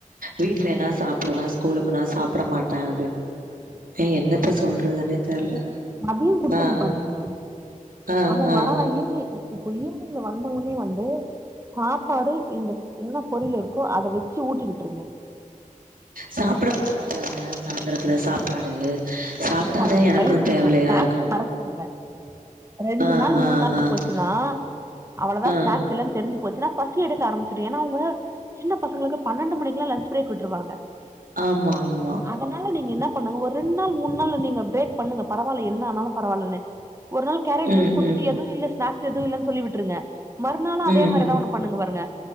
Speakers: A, on the right; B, on the right.
A: வீட்லனா
B: ம்.
A: சாப்புடுவே ஸ்கூலுக்கு நா சாப்புட மாட்டே அப்டின் ஏ என்ன த்த சொல்றதுனே தெர்ல
B: அதையும் குடுத்தணும்
A: ஆ,
B: பாத்தீங்கா
A: ஆ,
B: அவ
A: ஆ.
B: வர வய்யி இப்ப ஈவ்னிங் வந்தவுன்னே வந்து சாப்பாடு இந்த என்ன பொரியல் இருக்கோ அத வெச்சு ஊட்டிவிட்ருங்க
A: சாப்புட மாட்றாப்புலங்க சாந்தரத்துல சாப்பாடு சாப்ட்டாதா
B: நீங்க அத ட்ரை
A: எனக்கு
B: பண்ணுங்க
A: தேவலையா
B: ஸ்நாக்ஸ்ஸ
A: இருக்கு
B: மறக்க வைங்க ரெண்டு
A: ஆ
B: நாள் மூண்
A: ஆ
B: நாள்
A: ஆ
B: போச்சுன்னா அவ்ள தா
A: ஆ
B: ஸ்நாக்ஸ் இல்லன் தெரிஞ்சு போச்சுனா பசி எடுக்க ஆரம்பிச்சிடும் ஏன்னா அவுங்க சின்ன பசங்களுக்கு பன்னெண்டு மணிக்லா லன்ச் பிரேக் விட்ருவாங்க
A: ஆமா ஆமா
B: அதனால நீங்க என்ன பண்ணுங்க ஒரு ரெண் நாள் மூண் நாள் நீங்க பிரேக் பண்ணுங்க பரவால என்ன ஆனாலும் பரவாலன்னு ஒரு நாள் கேரட்
A: ம்
B: ஜூஸ் குடுத்துட்டு
A: ம்
B: எதுவும் இல்ல ஸ்நாக்ஸ் எதுவும் இல்ல சொல்லி விட்ருங்க மறுநாள் அதே
A: ம்
B: மாரிதா
A: ம்
B: உனக் பண்ணுங்க பாருங்க